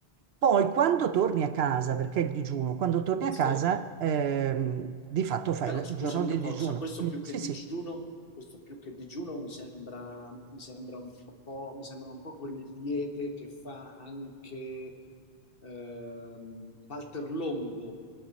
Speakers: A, on the right; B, on the left.
A: Poi quando torni a casa, perché il digiuno, quando torni a
B: Sì.
A: casa, ehm, di fatto fai
B: Però
A: il
B: scusami
A: giorno di
B: una cosa,
A: digiuno.
B: questo
A: Mm,
B: più
A: Sì,
B: che digiuno,
A: sì,
B: questo più che digiuno mi sembra, mi sembra un po', mi sembrano un po' quelle diete che fa anche ehm, Walter Longo,